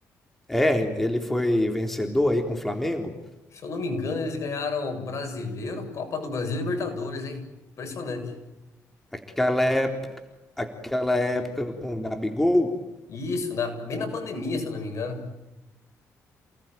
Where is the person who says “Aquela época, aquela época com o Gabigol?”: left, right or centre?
Centre